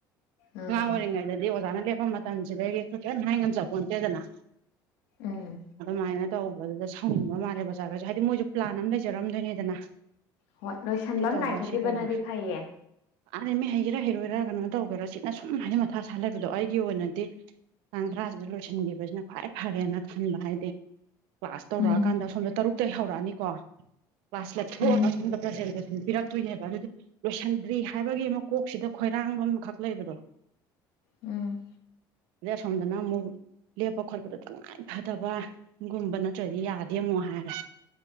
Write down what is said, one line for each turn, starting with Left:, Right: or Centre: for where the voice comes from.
Left: ꯎꯝ
Right: ꯑꯉꯥꯡ ꯑꯣꯏꯔꯤꯉꯩꯗꯗꯤ ꯑꯣꯖꯥꯅ ꯂꯦꯞꯄ ꯃꯇꯝꯁꯤꯗꯗꯒꯤꯁꯨ ꯀꯪ ꯍꯥꯏ ꯉ ꯆꯄꯣꯟꯇꯦꯗꯅ
Left: ꯎꯝ
Right: ꯑꯗ ꯃꯥꯥꯏꯅ ꯇ ꯑ ꯊꯥꯎꯅꯤꯡꯕ ꯃꯥꯜꯂꯦ ꯕꯖꯥꯔꯗꯁꯨ ꯍꯥꯏꯗꯤ ꯃꯣꯏꯁꯨ ꯄ꯭ꯂꯥꯟ ꯑꯃ ꯂꯩꯖꯔꯝꯗꯣꯏꯅꯤꯗꯅ
Left: ꯍꯣꯏ ꯂꯣꯏꯁꯟꯕ
Right: ꯁꯤ
Left: ꯑꯃ
Right: ꯇꯧꯕ
Left: ꯅꯥꯏꯊꯣꯛꯈꯤꯕꯅꯗꯤ
Right: ꯁꯤ ꯇꯧꯕ
Left: ꯐꯩꯌꯦ
Right: ꯑꯥ ꯃꯤ ꯍꯩꯒꯦꯔꯥ ꯍꯩꯔꯣꯏ ꯔ ꯀꯩꯅꯣ ꯇꯧꯧꯕꯦꯔꯥ ꯁꯤꯅ ꯁꯨꯝ ꯍꯥꯏꯗꯤ ꯃꯊꯥ ꯁꯥ ꯂꯩꯕꯗꯣ ꯑꯩꯒꯤ ꯑꯣꯏꯅꯗꯤ ꯇꯥꯡ ꯇ꯭ꯔꯥꯁꯤꯗ ꯂꯣꯏꯁꯤꯟꯈꯤꯕꯁꯤꯅ ꯈ꯭ꯋꯥꯏ ꯐꯔꯦꯅ ꯈꯟꯕ ꯍꯥꯏꯗꯤ ꯀ꯭ꯂꯥꯁ ꯇꯧꯔꯛꯑꯀꯥꯟꯗ
Left: ꯎꯝ
Right: ꯁꯣꯝꯗ ꯇꯔꯨꯛꯇꯒꯤ ꯍꯧꯔꯛꯑꯅꯤꯀꯣ ꯀ꯭ꯂꯥꯁ ꯂꯞꯊꯣꯛꯑꯒ
Left: ꯎꯝ
Right: ꯁꯣꯝꯗ꯭ꯔꯖ ꯄꯤꯔꯛꯇꯣꯏꯅꯦꯕ ꯑꯗꯨꯗꯤ ꯂꯣꯏꯁꯤꯟꯗ꯭ꯔꯤ ꯍꯥꯏꯕꯒꯤ ꯑꯃ ꯀꯣꯛꯁꯤꯗ ꯈꯣꯏꯔꯥꯡꯕ ꯑꯃꯈꯛ ꯂꯩꯕꯗꯣ
Left: ꯎꯝ
Right: ꯏꯦ ꯁꯝꯗꯅ ꯃꯨꯛ ꯂꯦꯞꯄ ꯈꯣꯠꯄꯗ ꯇꯉꯥꯏ ꯐꯗꯕꯒꯨꯝꯕ ꯅꯠꯇ꯭ꯔꯗꯤ ꯌꯥꯗꯦ ꯑꯃꯨꯛ ꯍꯥꯏꯔꯦ